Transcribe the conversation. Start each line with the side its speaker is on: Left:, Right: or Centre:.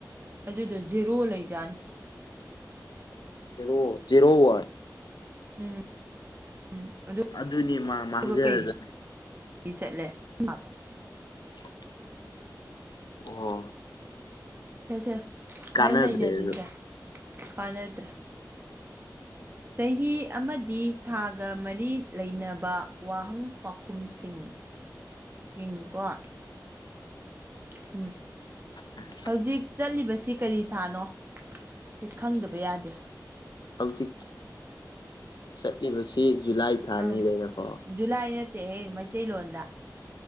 Right: ꯑꯗꯨꯗꯣ ꯖꯦꯔꯣ ꯂꯩꯖꯥꯠꯅꯤ
Left: ꯖꯦꯔꯣ ꯖꯦꯔꯣ ꯋꯥꯔ
Right: ꯎꯝ ꯎꯝ ꯑꯗꯨꯗꯨꯒ
Left: ꯑꯗꯨꯅꯦ ꯃꯥ ꯃꯥꯡꯖꯔꯒ
Right: ꯀꯩꯗꯤ ꯆꯠꯂꯦ ꯃꯥꯀꯣ
Left: <unintelligible> ꯑꯣ
Right: ꯁꯦ ꯁꯦ ꯈꯔ
Left: ꯀꯅꯥꯗ꯭ꯔꯦꯕ꯫
Right: ꯅꯩꯅꯁꯤꯁꯦ ꯀꯥꯟꯅꯗ꯭ꯔꯦ ꯆꯍꯤ ꯑꯃꯗꯤ ꯊꯥꯒ ꯃꯔꯤ ꯂꯩꯅꯕ ꯋꯥꯍꯪ ꯄꯥꯎꯈꯨꯝꯁꯤꯡ ꯌꯦꯡꯉꯨꯀꯣ ꯍꯨꯝ꯫
Left: ꯎꯝ꯫
Right: ꯍꯧꯖꯤꯛ ꯆꯠꯂꯤꯕꯁꯤ ꯀꯔꯤ ꯊꯥꯅꯣ ꯁꯤ ꯈꯪꯗꯕ ꯌꯥꯗꯦ꯫
Left: ꯍꯧꯖꯤꯛ ꯆꯠꯂꯤꯕꯁꯤ ꯖꯨꯂꯥꯏ ꯊꯥ
Right: ꯑꯥ
Left: ꯑꯅꯤ ꯂꯩꯔꯦꯀꯣ꯫
Right: ꯖꯨꯂꯥꯏ ꯅꯠꯇꯦꯍꯦ ꯃꯩꯇꯩꯂꯣꯟꯗ꯫